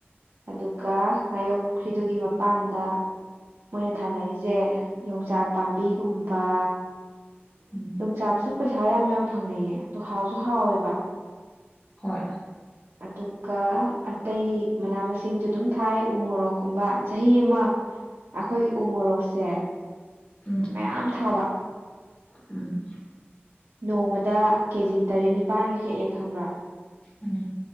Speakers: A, on the right; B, on the left.
A: ꯑꯗꯨꯒ ꯉꯥꯌꯣꯛ ꯄꯨꯈ꯭ꯔꯤꯗꯨꯒꯤ ꯃꯄꯥꯟꯗ ꯃꯣꯏꯅ ꯊꯥꯅꯔꯤꯁꯦ ꯌꯣꯡꯆꯥꯛ ꯄꯥꯝꯕꯤꯒꯨꯝꯕ
B: ꯎꯝ
A: ꯌꯣꯡꯆꯥꯛꯁꯨ ꯄꯩꯁꯥ ꯌꯥꯝ ꯌꯥꯝ ꯐꯪꯅꯩꯌꯦ ꯑꯗꯣ ꯍꯥꯎꯁꯨ ꯍꯥꯎꯋꯦꯕ
B: ꯍꯣꯏ
A: ꯑꯗꯨꯒ ꯑꯇꯩ ꯃꯅꯥ ꯃꯁꯤꯡꯁꯨ ꯑꯗꯨꯝ ꯊꯥꯏ ꯎ ꯃꯣꯔꯣꯛꯀꯨꯝꯕ ꯆꯍꯤ ꯑꯃ ꯑꯩꯈꯣꯏꯒꯤ ꯎ ꯃꯣꯔꯣꯛꯁꯦ
B: ꯎꯝ
A: ꯃꯌꯥꯝ ꯊꯥꯕ
B: ꯎꯝ
A: ꯅꯣꯡꯃꯗ ꯀꯦ ꯖꯤ ꯇꯔꯦꯠ ꯅꯤꯄꯥꯜꯒ ꯍꯦꯛꯑꯦ ꯈꯪꯕ꯭ꯔꯥ
B: ꯎꯝ